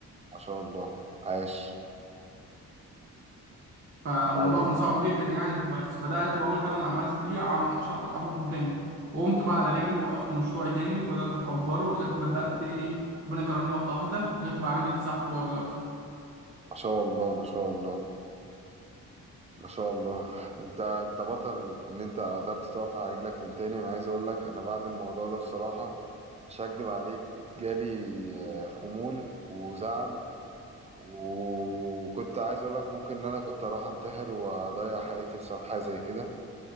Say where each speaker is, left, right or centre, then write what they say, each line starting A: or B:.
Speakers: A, on the right (about 20°); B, on the right (about 35°).
A: ما شاء الله عاش
B: فالموضوع
A: بعدين
B: كان صعب جدا يعني بس بدات بقى قلت انا اللي عملت دي هعمل 10 اضعافهم تاني وقمت بقى على رجلي وقفت مشروعي تاني وبدات اكبره لغايه ما بدات ايه ربنا كرمني واحده واحده لغايه ما بقى عندي تسع فروع دلوقتي
A: ما شاء الله ما شاء الله ما شاء الله انت انت بطل ان انت قدرت تقف على رجلك من تاني انا عايز اقول لك انا بعد الموضوع ده بصراحة مش هكدب عليك جالي آه، خمول وزعل وكنت عايز اقول لك ممكن ان انا كنت اروح انتحر واضيع حياتي بسبب حاجة زي كده